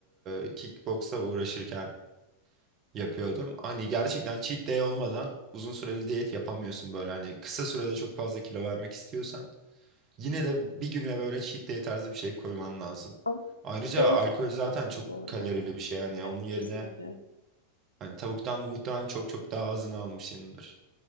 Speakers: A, on the right; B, on the left.
A: e, kickboksa uğraşırken yapıyordum. Hani gerçekten cheat day olmadan uzun süreli diyet yapamıyorsun böyle hani kısa sürede çok fazla kilo vermek istiyorsan yine de bir güne böyle cheat day tarzı bir şey koyman lazım.
B: Ama
A: Ayrıca
B: değişik
A: alkol zaten çok
B: bu arada.
A: kalorili bir şey yani
B: Evet
A: onun yerine
B: kesinlikle.
A: Hani tavuktan muhtemelen çok çok daha azını almışsındır.